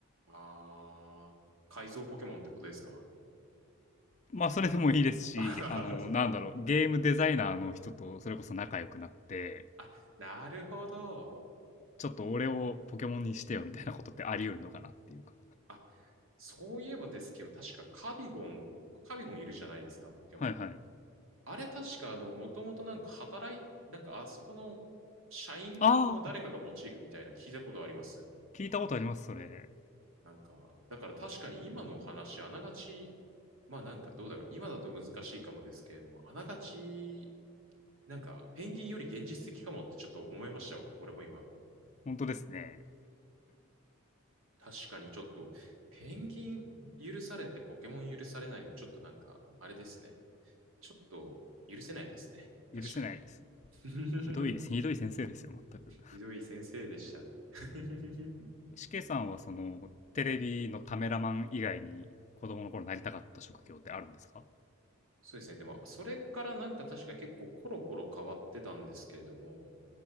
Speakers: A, on the right; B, on the left.
A: あー、改造ポケモンってことですか
B: まあ、それでもいいですし、
A: あの、<laughs> あはは
B: あの、なんだろう、ゲームデザイナーの人とそれこそ仲良くなって、
A: あ、なるほど。
B: ちょっと俺をポケモンにしてよみたいなことってあり得るのかなっていうか。
A: あ、そういえばですけど、確かカビゴン、カビゴンいるじゃないですか、ポケモン。
B: はいはい。
A: あれ確か、あの、もともとなんか働い、なんかあそこの社員の誰かがモチーフみたいな聞いたことあります。
B: ああ、聞いたことあります、それ。
A: なんか、だから確かに今のお話、あながち、まあなんかどうだろう。今だと難しいかもですけれども、あながち、なんかペンギンより現実的かもってちょっと思いました、俺も今。
B: 本当ですね。
A: 確かにちょっと、ペンギン許されてポケモン許されないの、ちょっとなんか、あれですね。ちょっと許せないですね。
B: 許せないですね。
A: 確かに。<laughs>
B: ひどいひどい先生ですよ、全く。
A: ひどい先生でした。<laughs>
B: しけさんは、その、テレビのカメラマン以外に、子供の頃なりたかった職業ってあるんですか
A: そうですね。でも、それからなんか確か結構コロコロ変わってたんですけれども、